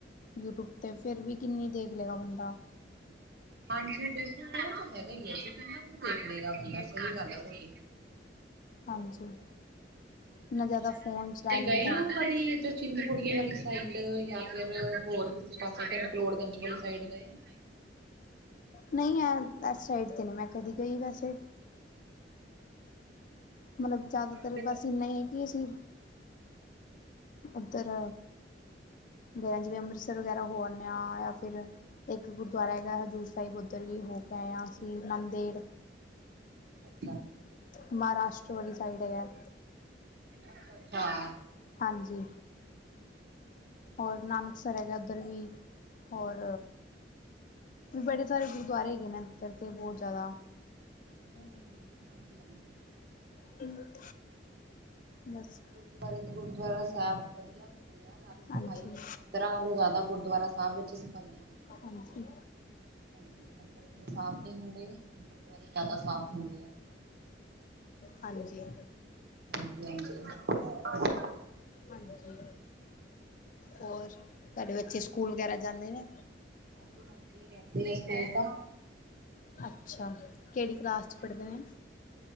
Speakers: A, on the left; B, on the right.
A: ਯੂਟਊਬ ਤੇ ਫੇਰ ਵੀ ਕਿੰਨੀ ਦੇਖ ਲੇਗਾ ਬੰਦਾ।
B: ਹਾਂਜੀ ਬਿਲਕੁਲ ਓਹ ਤਾਂ ਹੈਗਾ ਹੀ ਐ ਕਿ ਕਿੰਨਾ ਕੁ ਦੇਖ ਲੇਗਾ ਬੰਦਾ, ਸਹੀ ਗੱਲ ਆ ਥੋਡੀ।
A: ਹਾਂਜੀ।
B: ਹਾਂਜੀ-ਹਾਂਜੀ,
A: ਨਾ ਜ਼ਿਆਦਾ ਫੋਨ ਚਲਾਇਆ
B: ਤੁਸੀਂ
A: ਜਾਂਦਾ
B: ਗਏ ਔ
A: ਹੈ।
B: ਕਦੀ ਏਥੇ ਚਿੰਤਪੁਰਨੀ ਵਾਲੀ ਸਾਈਡ ਯਾ ਫਿਰ ਹੋਰ ਕਿਸੇ ਪਾਸੇ ਦੇ ਮਕਲੋਡਗੰਜ ਵਾਲੀ ਸਾਈਡ ਗਏ ਔ?
A: ਨਹੀਂ ਐ ਇਸ ਸਾਈਡ 'ਤੇ ਨਹੀਂ ਮੈਂ ਕਦੀ ਗਈ ਵੈਸੇ ਮਤਲਬ ਜ਼ਿਆਦਾਤਰ
B: ਅੱਛਾ
A: ਬਸ ਇੰਨਾ ਹੀ ਇਹ ਜੀ, ਉੱਧਰ ਗਏ ਜਿਵੇਂ ਅੰਮ੍ਰਿਤਸਰ ਵਗੈਰਾ ਹੋ ਆਨੇ ਆ ਜਾਂ ਫਿਰ ਇੱਕ ਗੁਰਦੁਆਰਾ ਹੈਗਾ ਹਜ਼ੂਰ ਸਾਹਿਬ ਉੱਧਰ ਵੀ ਹੋ ਕੇ ਆਏ ਹਾਂ ਅਸੀਂ ਨੰਦੇੜ
B: ਅੱਛਾ, ਅੱਛਾ
A: ਮਹਾਰਾਸ਼ਟਰ ਵਾਲੀ ਸਾਈਡ ਹੈਗਾ।
B: ਅੱਛਾ
A: ਹਾਂਜੀ, ਹੋਰ ਨਾਨਕਸਰ ਹੈਗਾ ਉੱਧਰ ਵੀ ਹੋਰ, ਬੜੇ ਸਾਰੇ ਗੁਰੂਦੁਆਰੇ ਹੈਗੇ ਨੇ ਇੱਧਰ ਦੇ ਬਹੁਤ ਜ਼ਿਆਦਾ
B: ਹੂੰ ਹਾਂਜੀ-ਹਾਂਜੀ,
A: <inaudible> ਬਸ
B: ਗੁਰਦੁਆਰੇ ਤੇ ਗੁਰਦੁਆਰਾ ਸਾਹਿਬ ਵਧੀਆ। ਨਾਲ ਸਫ਼ਾਈ
A: ਹਾਂਜੀ,
B: ਮੰਦਾਂ ਤੋਂ ਜ਼ਿਆਦਾ ਗੁਰਦੁਆਰਾ ਸਾਹਿਬ ਵਿੱਚ ਸਫਾਈਆਂ ਹੁੰਦੀਆਂ।
A: ਹਾਂਜੀ,
B: ਹਾਂਜੀ ਮੰਦਿਰ ਇਨੇ ਸਾਫ਼ ਨਹੀਂ ਹੁੰਦੇ ਗੁਰਦੁਆਰੇ ਜ਼ਿਆਦਾ ਸਾਫ਼ ਹੁੰਦੇ ਆ।
A: ਹਾਂਜੀ,
B: ਹਾਂਜੀ-ਹਾਂਜੀ,
A: ਹਾਂਜੀ ਹੋਰ ਤੁਹਾਡੇ ਬੱਚੇ ਸਕੂਲ ਵਗੈਰਾ ਜਾਂਦੇ ਨੇ?
B: ਹਾਂਜੀ-ਹਾਂਜੀ ਕਹਿੰਦੇ ਆ ਸਕੂਲ ਤਾਂ
A: ਅੱਛਾ, ਕਿਹੜੀ ਕਲਾਸ 'ਚ
B: ਹਾਂਜੀ।
A: ਪੜ੍ਹਦੇ ਐ?